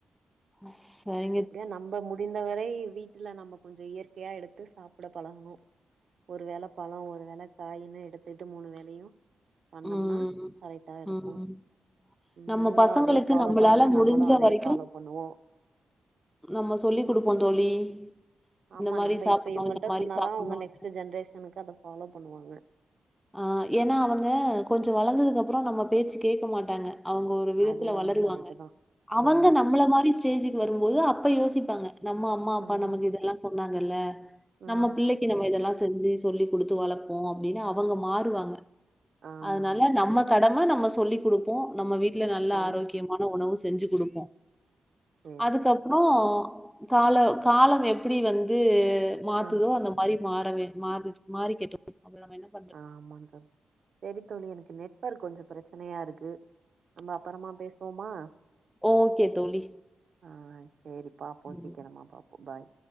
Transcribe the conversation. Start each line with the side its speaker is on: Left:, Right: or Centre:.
Centre: ஸ் சரி
Right: எப்டியோ நம்ப ‌முடிந்தவரை வீட்டுல நம்ம கொஞ்சோ இயற்கையா எடுத்து சாப்ட பழகணு ஒரு வேள பழோ ஒரு வேள காய்னு எடுத்துட்டு மூணு வேளயும் பண்ணம்னா
Centre: ம்,
Right: கரெக்டா இருக்கும்
Centre: ம்.
Right: உம்
Centre: நம்ம
Right: நீங்களா
Centre: பசங்களுக்கு
Right: அதே ஃபாலோ
Centre: நம்மளால
Right: பண்ணுங்க
Centre: முடிஞ்ச
Right: நம்மளும் அதே
Centre: வரைக்கும்
Right: ஃபாலோ பண்ணுவோ
Centre: நம்ம சொல்லி் குடுப்போம் தோழி
Right: ஆமா
Centre: இந்த மாரி
Right: நம்ப
Centre: சாப்புட்ணும்,
Right: இப்ப இவங்கள்ட்ட
Centre: இந்த மாரி
Right: சொன்னாதா
Centre: சாப்புட்ணும்.
Right: அவுங்க நெக்ஸ்ட்டு ஜென்ரேஷனுக்கு அத ஃபாலோ பண்ணுவாங்க
Centre: ஆ ஏன்னா அவங்க கொஞ்சோ வளந்ததுக்கு அப்றோ நம்ம பேச்சு கேக்க மாட்டாங்க அவுங்க ஒரு விதத்துல
Right: அது என்னமோ
Centre: வளருவாங்க
Right: கரெக்ட் தா
Centre: அவங்க
Right: ஆமா
Centre: நம்மள மாரி ஸ்டேஜிக்கு வரும்போது அப்ப யோசிப்பாங்க நம்ம அம்மா அப்பா
Right: ம்
Centre: நமக்கு இதெல்லா சொன்னாங்கல்ல
Right: ம்
Centre: நம்ம பிள்ளைக்கு நம்ம இதெல்லா செஞ்சு சொல்லி குடுத்து வளப்போ அப்டின்னு அவங்க மாறுவாங்க
Right: ஆமா
Centre: அதனால
Right: ஆமா
Centre: நம்ம கடம நம்ம சொல்லி குடுப்போ நம்ம வீட்ல நல்லா
Right: ம்
Centre: ஆரோக்கியமான உணவு செஞ்சு குடுப்போ
Right: சேரி
Centre: அதுக்கப்றோ காலோ காலம் எப்டி வந்து மாத்துதோ
Right: ம்
Centre: அந்த மாரி மாறவே மாறி மாறிக்கெட்டு அப்றோ நாம என்ன பண்றது
Right: ஆமாங்க சரி தோழி எனக்கு நெட்வொர்க் கொஞ்சோ ப்ரச்சனையாருக்கு நம்ம அப்பறோமா பேசுவோமா
Centre: ஓகே தோழி.
Right: ஆ சேரி பாப்போ
Centre: ம்.
Right: சீக்கிரமா பாப்போ பாய்